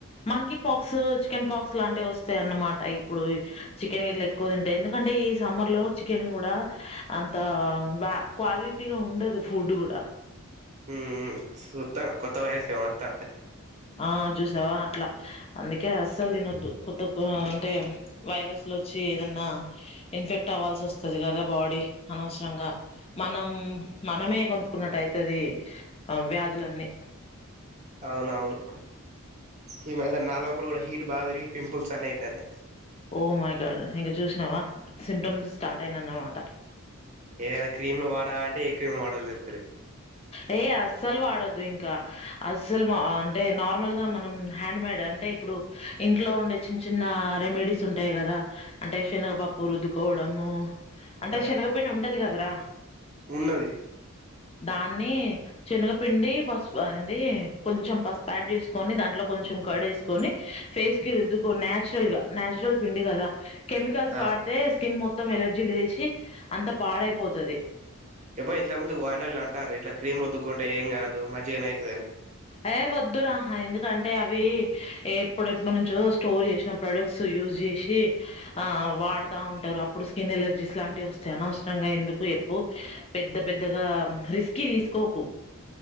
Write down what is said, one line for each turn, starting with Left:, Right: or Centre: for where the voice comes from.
Left: మంకీ పాక్స్ చికెన్ పాక్స్ ఇట్లాంటివి వస్తాయ అన్నమాట ఇప్పుడు చికెన్ ఇట్లా ఎక్కువ తింటే ఎందుకంటే ఈ సమ్మర్ లో చికెన్ కూడా అంత క్వాలిటీగా ఉండదు ఫుడ్ కూడా
Right: హ్మ్ సూత్తాను కొత్త వైరస్ వత్తాను కద
Left: ఆ చూసావా అట్లా అందుకే అస్సలు తినొద్దు కొత్త అంటే వైరస్ లో వచ్చి ఏదన్నా ఇన్ఫెక్ట్ అవ్వాల్సి వస్తుంది కదా బాడీ అనవసరంగా మనం మనమే కొనుక్కున్నటైతది వ్యాధులన్నీ
Right: అవునవును ఈ మధ్య నా లోపల కూడా హీట్ బాగా పెరిగి పింపుల్స్ అనే తనే
Left: ఓ మై గాడ్ ఇంక చూసినావా సిమ్టమ్స్ స్టార్ట్ అయిన అన్నమాట
Right: ఏదైనా క్రీమ్ లు వాడా అంటే ఏ క్రీమ్ లు వాడాలో తెలుత్తలేదు
Left: ఏయ అస్సలు వాడొద్దు ఇంకా అస్సలు మా అంటే నార్మల్గా మనం హ్యాండ్ మేడ్ అంటే ఇప్పుడు ఇంట్లో ఉండే చిన్న చిన్న రెమెడీస్ ఉంటాయి కదా అంటే శనగపప్పు రుద్దుకోవడము అంటే
Right: ఆ
Left: శనగపిడి ఉంటది కదరా
Right: ఉన్నది
Left: దా ని శనగపిండి పసుపు అంది కొంచెం పసుపు యాడ్ చేసుకొని దాంట్లో కొంచెం కర్డెసుకొని ఫేస్ కి రుద్దుకో నేచురల్ గా నాచురల్ పిండి కదా కెమికల్స్
Right: ఆ
Left: వాడితే స్కిన్ మొత్తం మొత్తం ఎలర్జీ లేసి అంత పాడైపోతది
Right: ఇవో ఇంతకు ముందు వాయినోళ్ళు అంటారు. ఇట్లా క్రీమ్ రద్దుకుంటే ఏం కాదు మంచిగానే అయితదని
Left: అయేవ్ వద్దురా ఆ ఎందుకంటే, అవి ఎ ఎప్పుడ్ ఎప్పుడు నుంచో స్టోర్ చేసిన ప్రోడక్ట్స్ యూజ్ చేసి ఆ వాడుతా ఉం అప్పుడు స్కిన్ ఎలర్జీస్ లాంటివి, వస్తే అనసరంగా ఎందుకు ఎప్పు పెద్ద పెద్దగా రీస్కీ తీస్ కోకు